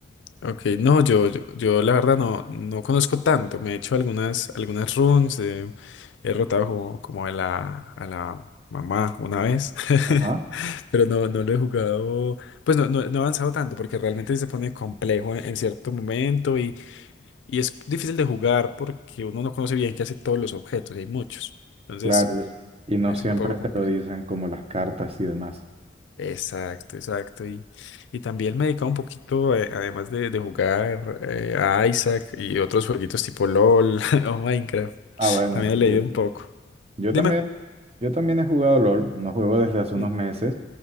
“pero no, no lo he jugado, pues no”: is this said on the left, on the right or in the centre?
Left